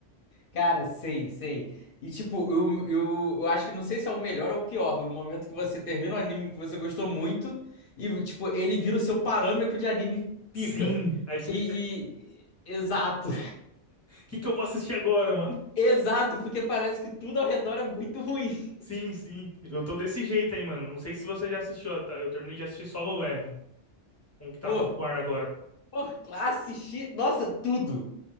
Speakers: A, on the left; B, on the left.
A: cara, sei, sei. E tipo, eu, eu, eu acho que não sei se é o melhor ou o pior, no momento que você termina um anime que você gostou muito e, tipo, ele vira o seu parâmetro de anime pica.
B: Sim. Aí você
A: E,
B: fica tipo, o
A: e- exato,
B: que que eu vou assistir agora, mano?
A: <laughs> exato, porque parece que tudo ao redor é muito ruim.
B: Sim, sim. Eu tô desse jeito aí, mano. Não sei se você já assistiu, tá? Eu terminei de assistir Solo Leveling, um que tá
A: <laughs>
B: popular
A: Pô,
B: agora.
A: pô, classe X, nossa, tudo.